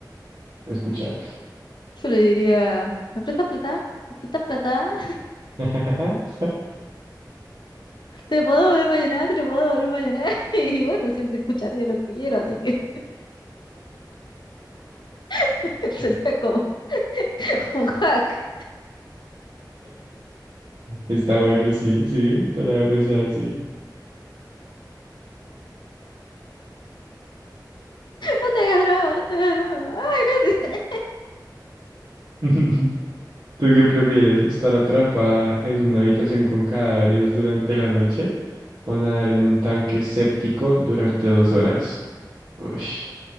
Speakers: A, on the right; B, on the left.
A: escuchar.
B: Yo le diría, ¿me prestas plata? ¿Me prestas plata?
A: <laughs>
B: <laughs> ¿Te lo puedo volver mañana? ¿Te lo puedo volver mañana? <laughs> Y bueno, siempre escucharía lo que quiero, así que <laughs> sería como <laughs> un hack.
A: Está bueno, sí, sí, no lo había pensado así.
B: No te hagas drama, no te hagas drama. Ay, gracias.
A: <laughs> ¿Tú qué prefieres? ¿Estar atrapada en una habitación con cadáveres durante la noche o nadar en un tanque séptico durante dos horas? Ush.